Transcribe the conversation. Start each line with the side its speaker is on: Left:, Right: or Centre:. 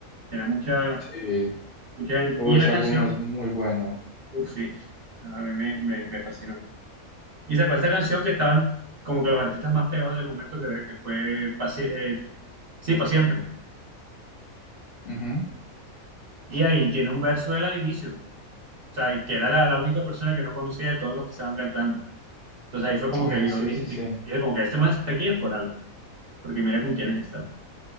Right: Era mucha,
Left: Sí,
Right: mucha gente.
Left: oh,
Right: Y
Left: ese
Right: la
Left: álbum
Right: canción,
Left: es muy bueno.
Right: uff, sí, a mí me, me, me fascinó. Y sacó esta canción que estaban como que los artistas más pegados del momento que, que fue, pa' Sie- eh, sí, para siempre.
Left: Ujú.
Right: Y ahí tiene un verso de él al inicio O sea, que era la, la única persona que no conocía de todos los que estaban cantando. Entonces ahí fue como
Left: Ah,
Right: que yo
Left: sí,
Right: le
Left: sí,
Right: dije,
Left: sí.
Right: dije como que este man si está aquí es por algo, porque mira con quiénes está.